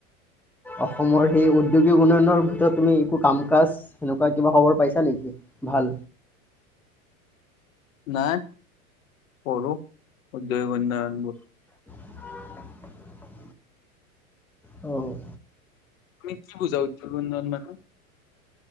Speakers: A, in the centre; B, on the left (about 65°).
A: অসমৰ সেই ঔদ্যোগিক উন্নয়নৰ ভিতৰত তুমি একো কাম কাজ সেনেকুৱা কিবা খবৰ পাইছা নেকি ভাল
B: নাই পঢ়ো <inaudible>
A: <unintelligible> অ
B: তুমি কি বুজা উদ্যোগ উন্নয়ন মানে